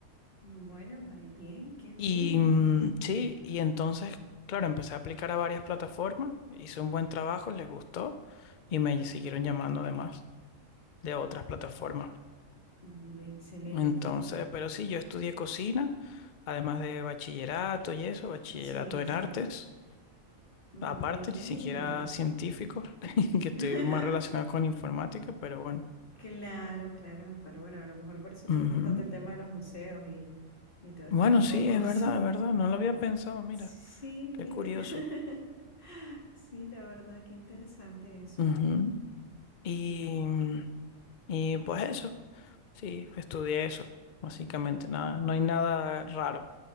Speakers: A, on the left (about 40°); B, on the left (about 60°).
A: Bueno, va bien, qué bien.
B: Y mm, sí, y entonces, claro, empecé a aplicar a varias plataformas, hice un buen trabajo, les gustó y me siguieron llamando además de otras plataformas.
A: Mm, Excelente.
B: Entonces, pero sí, yo estudié cocina, además de bachillerato y eso, bachillerato
A: Sí,
B: en
A: sí.
B: artes,
A: Mm,
B: aparte,
A: Bien.
B: ni siquiera científico, <laughs> que estoy
A: <laughs>
B: más relacionado con informática, pero bueno.
A: Claro, claro. Pero bueno, a lo mejor por eso te
B: Ujú.
A: gusta tanto el tema de los museos y, y todo este
B: Bueno,
A: tipo
B: sí,
A: de cosas.
B: es verdad,
A: <laughs>
B: es verdad, no lo había pensado, mira,
A: Sí, mire.
B: qué curioso.
A: <laughs> Sí, la verdad, qué interesante eso.
B: Ujú.
A: Sí.
B: Y, y pues eso, sí, estudié eso, básicamente, nada, no hay nada raro.